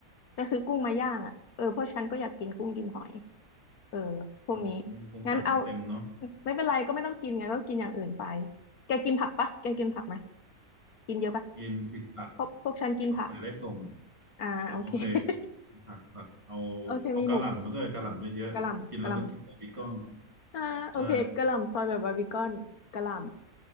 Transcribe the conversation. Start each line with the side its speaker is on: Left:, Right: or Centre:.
Left: จะซื้อกุ้งมาย่างอ่ะเออเพราะฉันก็อยากกินกุ้งกินหอย เออพวกนี้
Right: อืมอืมสงสารได้เต็มเนาะ
Left: งั้นเอาไม่เป็นไรก็ไม่ต้องกินไงก็กินอย่างอื่นไป แกกินผักปะแกกินผักไหมกินเยอะปะ
Right: กินกินผัก
Left: พวกพวกฉันกินผัก
Right: ผักใส่ได้ส่ง
Left: อ่าโอเค
Right: อ๋อโอเค
Left: <laughs>
Right: ผักผักเอา
Left: โอเคมีหมู
Right: เอากะหล่ำมาด้วยกะหล่ำเยอะๆกินแล้วนึกถึงบาร์บีคอน
Left: กะหล่ำกะหล่ำอ่าโอเคกะหล่ำซอยแบบบาร์บีคอนกะหล่
Right: ใช่